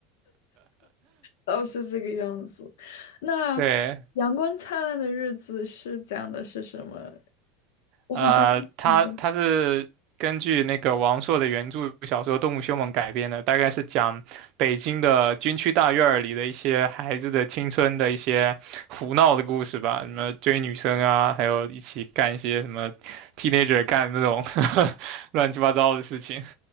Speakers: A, on the left; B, on the right.
A: 哦，是这个样子。那
B: 对，
A: 《阳光灿烂的日子》是讲的是什么？我好像印象中
B: 呃，它它是根据那个王朔的原著小说《动物凶猛》改编的，大概是讲北京的军区大院儿里的一些孩子的青春的一些胡闹的故事吧，什么追女生啊，还有一起干一些什么 teenager 干那种 <laughs> 乱七八糟的事情，